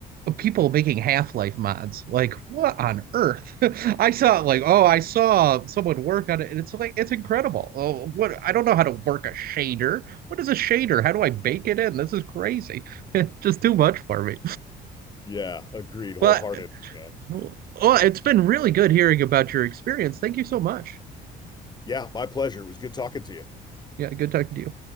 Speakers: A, on the right (about 60°); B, on the left (about 25°).
A: people making half-life mods like what on earth <laughs> i saw like oh i saw someone work on it and it's like it's incredible oh what i don't know how to work a shader what is a shader how do i bake it in this is crazy <laughs> just too much for me
B: Yeah, agreed wholeheartedly,
A: but
B: man.
A: well it's been really good hearing about your experience thank you so much
B: Yeah, my pleasure. It was good talking to you.
A: yeah good talking to you